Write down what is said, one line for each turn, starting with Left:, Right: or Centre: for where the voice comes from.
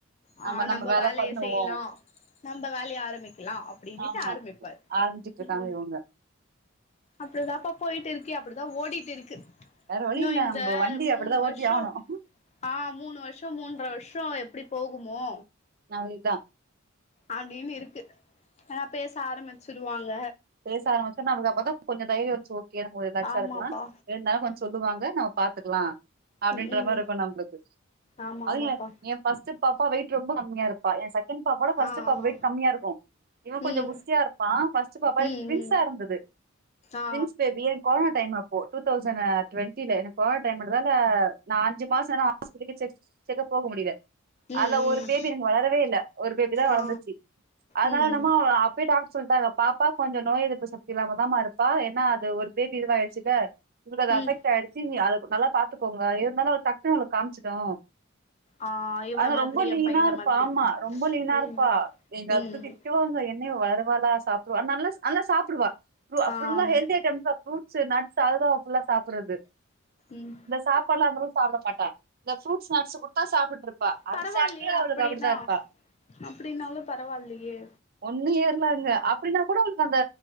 Left: ஆ
Right: நம்ம நம்ம
Left: நம்ப
Right: வேல
Left: வேலய
Right: பண்ணுவோம்.
Left: செய்லா நம்ப வேலய ஆரம்பிக்கலா அப்டின்னுட்டு
Right: ஆமா.
Left: ஆரம்பிப்பார்
Right: ஆரம்பிச்சுட்டு இருக்காங்க
Left: ம்ஹூ
Right: இவங்க.
Left: அப்டிதாப்பா போயிட்டு இருக்கு அப்டிதா ஓடிட்டு இருக்கு
Right: வேற வழி
Left: இன்னு
Right: இல்ல.
Left: இந்த
Right: நம்ம வண்டி
Left: மூணு
Right: அப்படிதான்
Left: வருஷோ
Right: ஓட்டி ஆவணும்.
Left: ஆ மூணு வருஷோ மூன்ற வருஷோ எப்டி போகுமோ
Right: அதுதா
Left: அப்டின்னு இருக்கு ஆனா பேச ஆரம் பிச்சுருவாங்க
Right: பேச ஆரம்பிச்சா நமக்கு அப்பதா கொஞ்சோ தைரியோ வஞ்சோ <unintelligible> ரிலாக்ஸா
Left: ஆமாப்பா
Right: இருக்கலா இருந்தாலு கொஞ் சொல்லுவாங்க நம்ம பாத்துக்கலா அப்டின்ற
Left: ம் ம்
Right: மாரி இருக்கு நம்பளுக்கு
Left: ஆமா
Right: அது
Left: ஆமாப்பா
Right: என் என் ஃபர்ஸ்ட் பாப்பா வெ ரொம்ப கம்மியாப்பா ஏ செக்கென் பாப்போட ஃபஸ்ட்டு
Left: ஆ
Right: பாப்ப
Left: ஆ
Right: வெய்ட் கம்மியாருக்கு இவ கொஞ்ச
Left: ம்
Right: குஸ்தியா இருப்பா ஃபஸ் பப்பா
Left: ம்
Right: எனுக் ட்வின்ஸா
Left: ம்
Right: இருந்தது
Left: ஆ
Right: ரிங்ஸ் பேபி ஏ கொழனா டைம் அப் டூ தௌசண் அ ட்வெண்டில எனக் கோழ டைம்ன்டதால நா அஞ்சி மாசனா <inaudible> செக் செக்கப் போக முடியில
Left: ம்
Right: அல ஒரு
Left: ம்
Right: பேபி எனுகு வளரவே இல்ல ஒரு பேபி தா வளந்துச்சு
Left: ஆ
Right: அதுனால
Left: ம் ம்
Right: நம்மோ பெய் டாகுட் சொல்ட்டாங்க பாப்பா கொஞ்சொ நோய் எதிர்ப்பு சக்தி இல்லாமதாம்மாருப்பா ஏன்னா அது ஒரு பேபி இதுவாயிட்ச்சில உங்ளுக் அது அஃபெக்ட்
Left: ம்
Right: ஆயிட்ச்சி <unintelligible> நல்லா பாத்துக்கோங்க இருந்தாலு அவ்ளு டக்குனு அவ்ளுக் காம்ச்சிகு
Left: ஆ இவன
Right: ஆனா
Left: மாதிரி
Right: ரொம்ப லீனா
Left: என் பையன
Right: இருப்பா
Left: மாதிரி
Right: ஆம்மா ரொம்ப லீனாருப்பா
Left: ம்
Right: எங்க அத்த
Left: ம்
Right: திட்டுவாங்க என்ன இவ வளர வலா சாப் நல்லஸ் அன்லா சாப்புடுவா ரூ அ ஃபுல்லா
Left: ஆம்
Right: ஹெல்தி ஐட்டஸா ஃப்ரூட்ஸஸு நட்ஸு அதுதா ஃபுல்லா சாப் புறது
Left: ம்
Right: இந்த சாப்பாட்லா அந்தலு தாவுட மாட்டா இந்த ஃப்ரூட்ஸ் நட்ஸு குடுத்தா சாப்ட்டுட்ருப்பா அது
Left: பரவாயில்லையே
Right: சாப்டே அவுளுக்
Left: அப்டின்னா
Right: அப்புடிதா இர்ப்பா
Left: அப்டின்னாலு பரவாயில்லையே
Right: ஒன்னு ஏர்ல அங்க அப் பின்னா கூட உன்க் அந்த